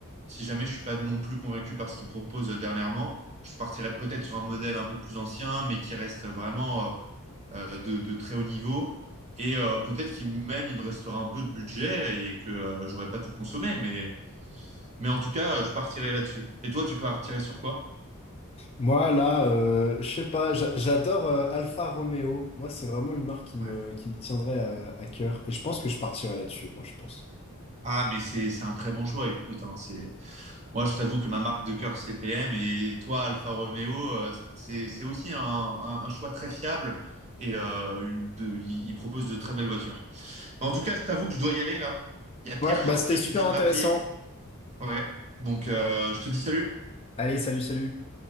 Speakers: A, on the right; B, on the left.
A: si jamais je suis pas non plus convaincu par ce qu'il propose euh, dernièrement, je partirais peut-être sur un modèle un peu plus ancien, mais qui reste vraiment euh, euh, de, de très haut niveau. Et euh, peut-être qu'il même il me restera un peu de budget et que euh, j'aurais pas tout consommé, mais mais en tout cas, euh, je partirais là-dessus. Et toi, tu partirais sur quoi?
B: Moi, là, euh, je sais pas, j'a- j'adore euh, Alfa Romeo. Moi, c'est vraiment une marque qui me,
A: Ouais.
B: qui me tiendrait à, à cœur. Et je pense que je partirais là-dessus, moi, je pense.
A: Ah, mais c'est c'est un très bon choix. Écoute, hein, c'est moi, je t'avoue que ma marque de cœur, c'est BM. Et toi, Alfa Romeo, euh, c'est c'est aussi un, un, un choix très fiable. Et euh, une- de- il il propose de très belles voitures. En tout cas, je t'avoue que je dois y aller là. Il y a Pierre
B: Ouais,
A: Chartier
B: bah c'était super
A: qui vient de
B: intéressant.
A: m'appeler. Ouais. Donc, euh, je te dis salut.
B: Allez, salut, salut.